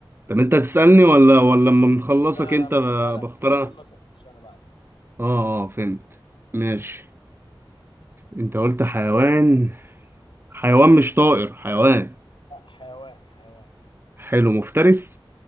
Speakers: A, on the right (about 25°); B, on the left (about 65°).
A: طب أنت تسألني ولا ولا لما بنخلصك
B: لا
A: أنت
B: لا مش
A: ب-
B: هسألك
A: بختار
B: انت خلص
A: أنا
B: وخش انا بعدك
A: آه آه فهمت ماشي أنت قلت حيوان حيوان مش طائر حيوان
B: لا، حيوان حيوان
A: حلو مفترس